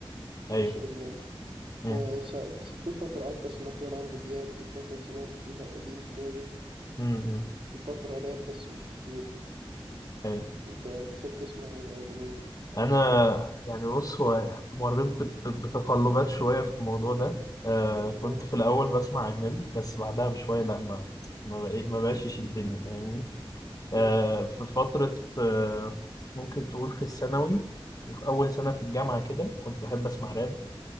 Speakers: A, on the left (about 40°); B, on the right (about 75°).
A: أيوه
B: مش أجنبي
A: أمم،
B: فس- في فترة قعدت أسمع فيها عمرو دياب في فترة سمعت فيها قديم شوية
A: أمم، أمم.
B: في مم. فترة راب بس مش كتير
A: أيوه
B: أنت بتحب تسمع إيه أو لمين؟
A: انا يعني بص هو مريت بت- بت- بتقلبات شويه في الموضوع ده آه كنت
B: آه
A: في الاول بسمع اجنبي بس بعدها بشويه لا ما ما بقي- ما بقاش يشدني فاهمني آه
B: مم.
A: في فتره آه ممكن تقول في الثانوي وفي اول سنه في الجامعه كده كنت بحب اسمع راب